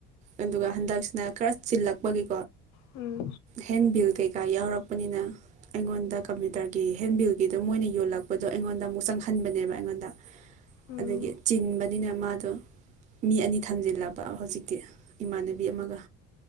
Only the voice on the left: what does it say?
ꯎꯝ ꯎꯝ
ꯎꯝ